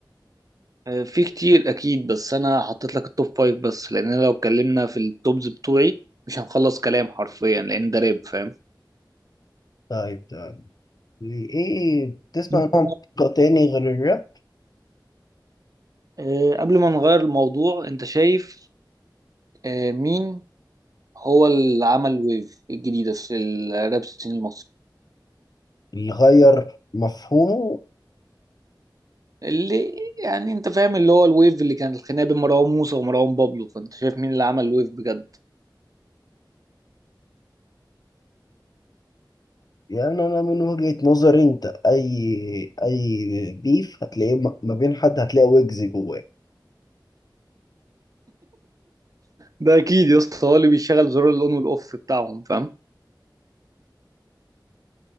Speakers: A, on the right (about 50°); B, on the left (about 55°).
A: آه، في كتير اكيد بس انا حطيت لك التوب فايف بس لان أنا لو اتكلمنا في التوبز بتوعي مش هنخلص كلام حرفيا لان ده راب فاهم
B: طيب تمام إيه بتسمع
A: أنت-
B: نوع موسيقى تاني غير الراب
A: آه، قبل ما نغير الموضوع انت شايف آه، مين هو اللي عمل ويف الجديدة في الراب سين المصري
B: يغير مفهومه
A: اللي يعني انت فاهم اللي هو الويف اللي كان الخناقة بين مروان موسى ومروان بابلو فانت شايف مين اللي عمل الويف بجد
B: يعني انا من وجهة نظري انت اي اي بيف هتلاقيه م- ما بين حد هتلاقي ويجز جواه
A: ده اكيد يا اسطى هو اللي بيشغل زرار الاون والاوف بتاعهم فاهم